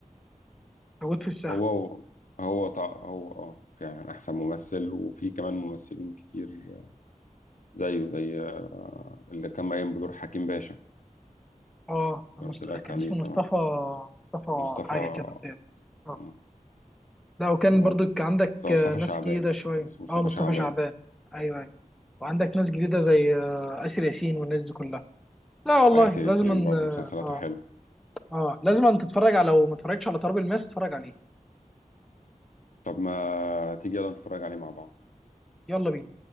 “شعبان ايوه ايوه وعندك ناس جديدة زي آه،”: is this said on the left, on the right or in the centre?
Centre